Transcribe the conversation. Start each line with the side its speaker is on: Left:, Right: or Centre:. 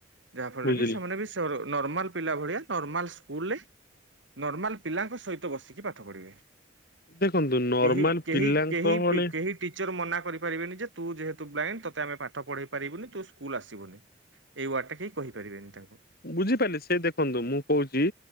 Right: ଯାହା ଫଳରେ
Left: ବୁଝିଲି।
Right: କି ସେମାନେ ବି ଅର ନର୍ମାଲ ପିଲା ଭଳିଆ ନର୍ମାଲ ସ୍କୁଲରେ ନର୍ମାଲ ପିଲାଙ୍କ ସହିତ ବସିକି ପାଠ ପଢ଼ିବେ।
Left: ଦେଖନ୍ତୁ ନର୍ମାଲ
Right: କେହି କେହି
Left: ପିଲାଙ୍କ
Right: କେହି
Left: ଭଳି
Right: ପି କେହି ଟିଚର ମନା କରିପାରିବେନି ଯେ ତୁ ଯେହେତୁ ବ୍ଲାଇଣ୍ଡ ତତେ ଆମେ ପା ପାଠ ପଢେଇ ପାରିବୁନି ତୁ ସ୍କୁଲ ଆସିବୁନି ଏଇ ୱାର୍ଡଟା କେହି କହିପାରିବେନି ତାଙ୍କୁ।
Left: ବୁଝିପାଇଲେ ସେ ଦେଖନ୍ତୁ ମୁଁ କୋହୁଚି